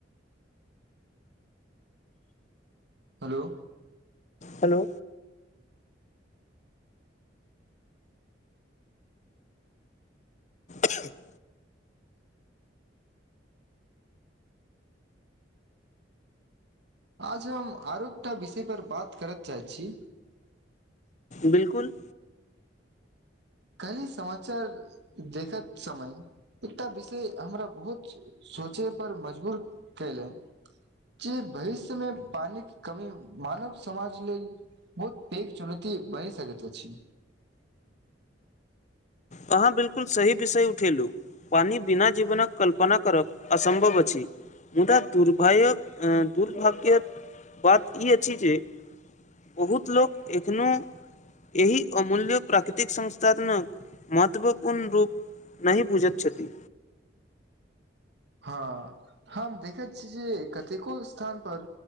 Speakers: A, on the right (about 65°); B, on the left (about 40°).
A: हेलो
B: हेलो ऐंहे <inaudible>
A: आज हम आरो एक टा विषय पर बात करय चाहैत छी
B: बिलकुल
A: कल समाचार देखैत समय एकटा विषय हमरा बहुत सोचय पर मजबूर कयलनि की भविष्यमे पानिक कमी मानव समाज लेल बहुत पैघ चुनौती भय सकैत अछि
B: अहाँ बिलकुल सही विषय उठेलू पनी बिना जीवनक कल्पना करब असम्भव अछि मुदा दुर्भायक दुर्भाग्यक बात ई अछि जे बहुत लोक एखनो एहि अमूल्य प्राकृतिक संस्थातनक महत्वपूर्ण रूप नहि बुझैत छथि
A: हँ हम देखैत छी जे कतेको स्थान पर